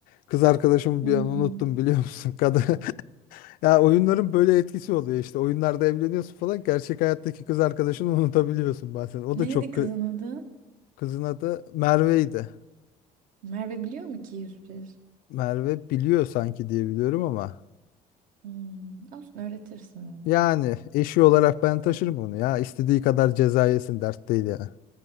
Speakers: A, on the left; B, on the right.
A: kız arkadaşımı
B: Hmm.
A: bir an unuttum biliyor musun? <laughs> Kadın. Ya oyunların böyle etkisi oluyor işte. Oyunlarda evleniyorsun falan. Gerçek hayattaki kız arkadaşını unutabiliyorsun bazen. O
B: Neydi
A: da çok
B: kızın
A: kı-
B: adı?
A: kızın adı Merve'ydi.
B: Merve biliyor mu ki 101?
A: Merve biliyor sanki diye biliyorum ama
B: Hmm. Olsun öğretirsin onu.
A: yani eşi olarak ben taşırım onu ya. İstediği kadar ceza yesin dert değil yani.